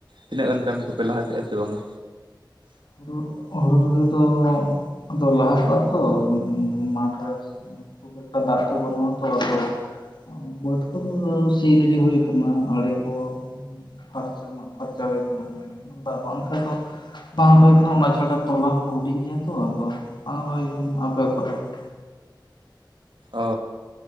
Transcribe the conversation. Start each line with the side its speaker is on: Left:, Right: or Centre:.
Right: ᱛᱤᱱᱟᱹᱜ ᱜᱟᱱ ᱠᱟᱹᱢᱤ ᱠᱚᱯᱮ ᱞᱟᱦᱟ ᱠᱮᱫᱼᱟ ᱥᱮ ᱵᱟᱝᱟ?
Left: ᱦᱩᱲᱩ, ᱦᱩᱲᱩ ᱨᱚᱦᱚᱭ ᱫᱚ <inaudible> ᱟᱫᱚ ᱞᱟᱦᱟ ᱠᱚᱜᱼᱟ ᱛᱚ <unintelligible> ᱠᱷᱩᱵᱽ ᱮᱠᱴᱟ ᱫᱟᱜ ᱛᱚ ᱵᱟᱱᱩᱜ-ᱟ ᱛᱚ ᱟᱫᱚ ᱾ ᱵᱟᱹᱫᱽ ᱠᱚᱫᱚ ᱥᱤ ᱨᱮᱰᱤ ᱦᱩᱭ ᱠᱟᱱᱟ, ᱟᱲᱮ ᱠᱚᱼᱼ ᱯᱷᱟᱨᱪᱟ ᱢᱟᱜ ᱯᱷᱟᱨᱪᱟ ᱦᱩᱭ ᱠᱟᱱᱟ, ᱢᱮᱱ ᱠᱷᱟᱱ ᱫᱟᱜ ᱵᱟᱝ ᱠᱷᱟᱱ ᱫᱚᱼᱼ <unintelligible> ᱚᱱᱟ ᱪᱷᱟᱰᱟ ᱛᱚᱞᱟ ᱠᱚ ᱦᱚᱸ ᱦᱩᱰᱤᱧ ᱜᱮᱭᱟ ᱛᱚ ᱟᱫᱚ ᱵᱟᱝ ᱦᱩᱭ ᱠᱟᱱᱟ ᱾ ᱟᱯᱮ ᱠᱚᱣᱟᱜ <inaudible>
Right: ᱚ